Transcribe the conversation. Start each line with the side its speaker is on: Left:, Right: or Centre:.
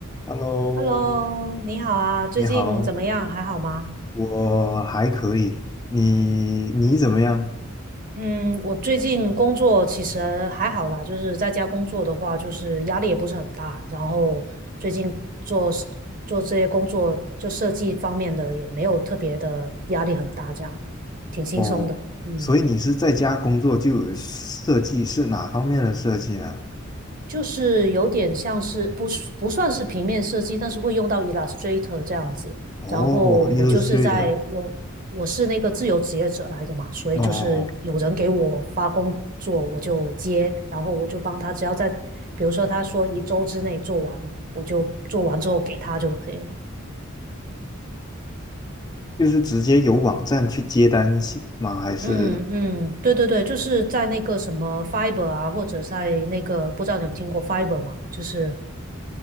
Left: Hello，
Right: Hello，你好啊，最近怎么样？
Left: 你好，
Right: 还好吗？
Left: 我还可以，你你怎么样？
Right: 嗯，我最近工作其实还好啦，就是在家工作的话，就是压力也不是很大，然后最近做做这些工作，就设计方面的也没有特别的压力很大，这样挺轻松的。
Left: 哦，
Right: 嗯。
Left: 所以你是在家工作就有设计，是哪方面的设计呢？
Right: 就是有点像是不是不算是平面设计，但是会用到 Illustrator 这样子。
Left: 哦，Illustrator，
Right: 然后我就是在我我是那个自由职业者来的嘛，所以就是有人给我发工作，
Left: 哦哦哦，
Right: 我就接，然后我就帮他，只要在比如说他说一周之内做完，我就做完之后给他就可以了。
Left: 就是直接有网站去接单起吗？还是
Right: 嗯嗯，对对对，就是在那个什么 Fiber 啊，或者在那个不知道你有听过 Fiber 吗？就是。